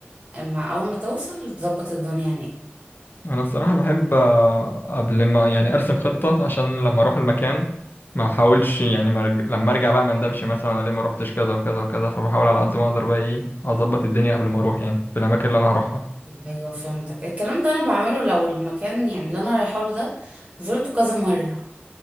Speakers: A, on the right; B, on the left.
A: اما اول ما توصل تظبط الدنيا هناك
B: انا الصراحه بحب آه، قبل ما يعني ارسم خطه عشان لما اروح المكان ما احاولش يعني مرج... لما ارجع بقى ما اندمش مثلا انا ليه ما روحتش كذا وكذا وكذا فبحاول على قد ما اقدر بقى ايه اظبط الدنيا قبل ما اروح يعني في الاماكن اللي انا هروحها
A: ايوه فهمتك الكلام ده انا بعمله لو المكان يعني اللي انا رايحه له ده زرته كذا مرة